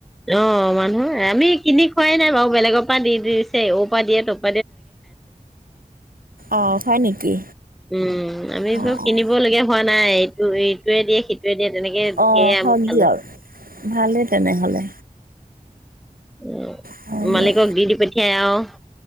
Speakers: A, in the centre; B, on the right (about 85°).
A: অ', মানুহ আমি কিনি খোৱাই নাই বাৰু। বেলেগৰ পা দি দিছে ওপা দিয়ে তপা
B: অ' হয় নেকি?
A: উম, আমি <unintelligible>
B: অঁ অঁ
A: কিনিব লগীয়া হোৱা হোৱা নাই ইটোয়ে দিয়ে সিটোৱে দিয়ে তেনেকে
B: অ'
A: ধেৰ আম
B: হক
A: খালো
B: দিয়ক ভালেই তেনেহলে।
A: উম,
B: হয়
A: মালিকক
B: দিয়ক
A: দি, দি পিন <unintelligible>